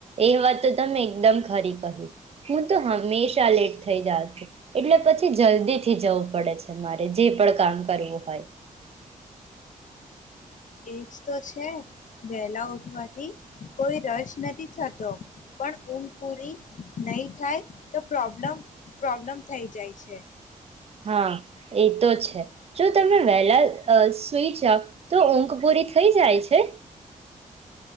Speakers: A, on the right; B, on the left.
A: એ વાત તો તમે એકદમ ખરી કહી હું તો હંમેશા લેટ થઈ જાઉં છું એટલે પછી જલ્દી થી જવું પડે છે મારે જે પણ કામ કરવું હોય.
B: એજ તો છે વહેલા ઉઠવાથી કોઈ રસ નથી થતો પણ ઊંઘ પૂરી નહી થાય તો પ્રોબ્લમ પ્રોબ્લમ થઈ જાય છે.
A: હા એ તો છે જો તમે વહેલા સુઈ જઓ તો ઊંઘ પૂરી થઈ જાય છે.